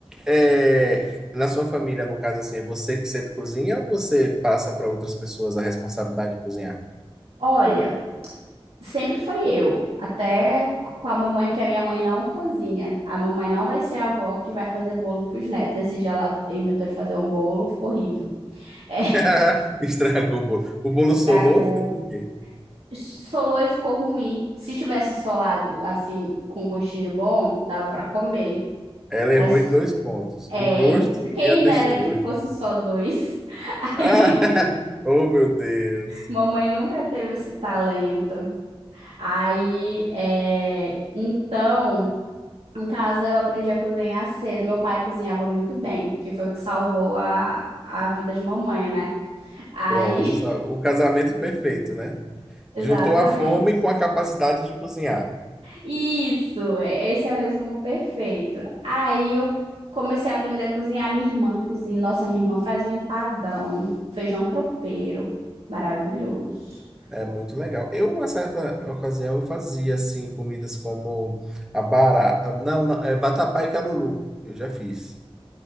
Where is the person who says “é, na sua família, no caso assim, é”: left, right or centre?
Centre